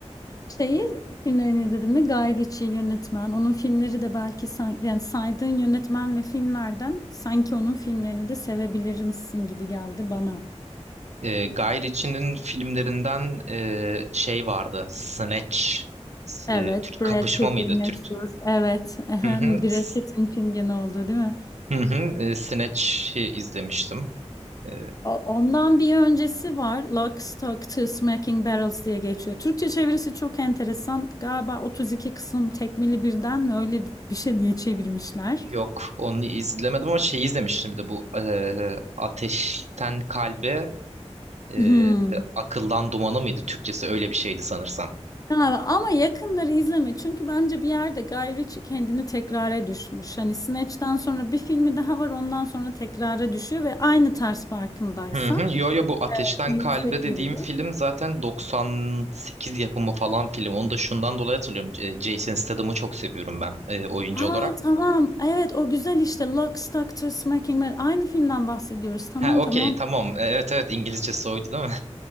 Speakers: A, on the left; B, on the right.
A: Şeyi filmlerini izledin mi? Guy Ritchie yönetmen. Onun filmleri de belki san- yani saydığın yönetmen ve filmlerden sanki onun filmlerini de sevebilir misin gibi geldi bana.
B: E, Guy Ritchie'nin filmlerinden e, şey vardı. Snatch. S-
A: Evet,
B: e, Türk
A: Brad
B: kapışma
A: Pitt'li
B: mıydı
A: meşhur.
B: Türk?
A: Evet, ehem,
B: Hı hı.
A: Brad
B: S-
A: Pitt'in film gene oldu değil mi?
B: Hı hı. E, Snatch'i izlemiştim. E,
A: O- Ondan bir öncesi var. Lock, Stock, Two Smoking Barrels diye geçiyor. Türkçe çevirisi çok enteresan. Galiba 32 kısım tekmili birden mi öyle bir şey diye çevirmişler.
B: yok onu izlemedim ama şeyi izlemiştim bir de bu e, Ateşten Kalbe e,
A: Hmm.
B: Akıldan Dumanı mıydı? Türkçesi öyle bir şeydi sanırsam.
A: Galiba. Ama yakınları izleme. Çünkü bence bir yerde Guy Ritchie kendini tekrara düşmüş. Hani Snatch'ten sonra bir filmi daha var. Ondan sonra tekrara düşüyor ve aynı tarz farkındaysan.
B: Hı hı. Yo yo bu Ateşten
A: Bu yüksek
B: Kalbe
A: gerilim.
B: dediğim film zaten doksan sekiz yapımı falan film. Onu da şundan dolayı hatırlıyorum. E, Jason Statham'ı çok seviyorum ben e, oyuncu
A: Aa
B: olarak.
A: tamam. Evet o güzel işte. Lock, Stock, Two Smoking Barrels. Aynı filmden bahsediyoruz. Tamam
B: Ha okey
A: tamam.
B: tamam. E, Evet evet İngilizcesi oydu değil mi?